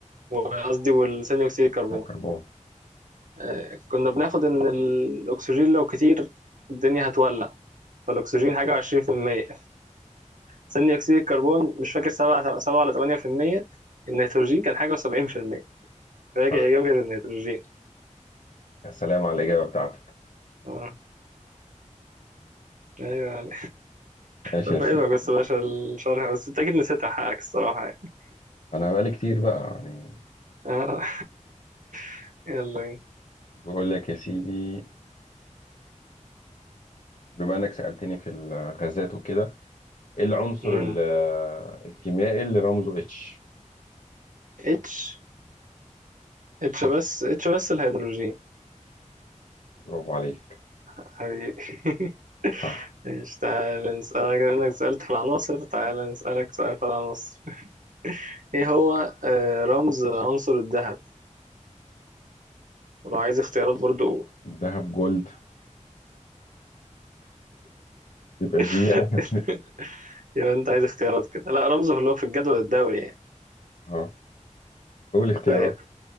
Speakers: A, on the right (about 80°); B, on the left (about 65°).
A: وقصدي والثاني اكسيد الكربون
B: الكربون
A: آه كنا بناخد ان الاكسجين لو كتير الدنيا هتولع فالاكسجين حاجه 20% ثاني اكسيد الكربون مش فاكر 7 7 ولا 8% النيتروجين كان حاجه 70% فهي اجابه
B: صح
A: النيتروجين
B: يا سلام على الإجابة بتاعتك
A: اه ايوه
B: ماشي
A: فاهمك
B: يا سيدي
A: بس باشا الشرح بس انت اكيد نسيتها حقك الصراحة يعني
B: أنا بقالي كتير بقى يعني
A: آه، <laughs> يلا بينا
B: بقول لك يا سيدي بما إنك سألتني في الغازات وكده إيه العنصر
A: مم.
B: ال- الكيميائي اللي رمزه اتش
A: اتش اتش بس اتش بس الهيدروجين
B: برافو عليك
A: حبيبي <laughs>
B: صح
A: ماشي تعالى نسألك لأنك سألت في العناصر تعالى نسألك سؤال في العناصر <laughs> ايه هو آه، رمز عنصر الذهب ولو عايز اختيارات برضو قول
B: الذهب جولد يبقى
A: <laughs>
B: جي يعني
A: يبقى انت عايز اختيارات كده لا رمزه اللي هو في الجدول الدوري يعني
B: <laughs> قول اختيارات
A: طيب